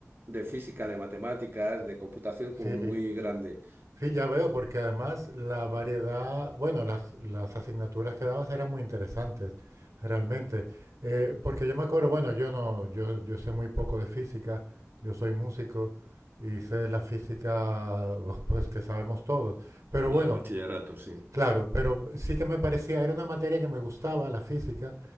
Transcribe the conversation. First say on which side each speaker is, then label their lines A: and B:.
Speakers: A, on the right; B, on the right.
A: de física, de matemáticas, de computación
B: Sí,
A: como muy grande.
B: sí, ya veo, porque además la variedad, bueno, las, las asignaturas que dabas eran muy interesantes, realmente. Eh, porque yo me acuerdo, bueno, yo no, yo, yo sé muy poco de física, yo soy músico y sé la física, <laughs> pues que sabemos todos. Pero
A: Nada,
B: bueno.
A: de bachillerato, sí.
B: Claro, pero sí que me parecía, era una materia que me gustaba, la física,